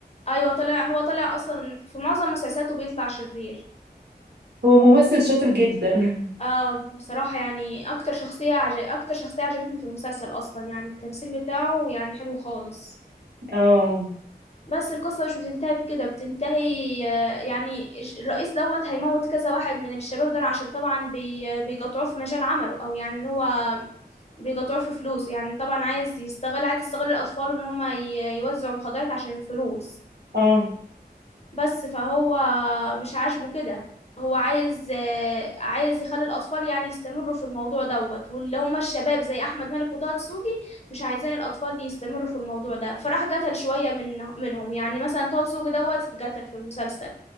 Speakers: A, on the left; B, on the right.
A: ايوه طلع هو طلع اصلا في معظم مسلسلاته بيطلع شرير
B: هو ممثل شاطر جدا
A: اه بصراحة يعني اكتر شخصية عج... اكتر شخصية عجبتني في المسلسل اصلا يعني التمثيل بتاعه يعني حلو خالص
B: <laughs> اه
A: بس القصة مش بتنتهي بكده بتنتهي آه، يعني ج- الرئيس دوت هيموت كذا واحد من الشباب دول عشان طبعا بي بيقطعوه في مجال عمله او يعني ان هو بيقطعوه في فلوس يعني طبعا عايز يستغل عايز يستغل الاطفال ان هم ي- يوزعوا مخدرات عشان الفلوس
B: اه
A: بس فهو مش عاجبه كده هو عايز آه، عايز يخلي الأطفال يعني يستمروا في الموضوع دوت واللي هم الشباب زي أحمد مالك وطه دسوقي مش عايزين الأطفال يستمروا في الموضوع ده فراح قتل شوية من منهم يعني مثلا طه دسوقي دوت اتقتل في المسلسل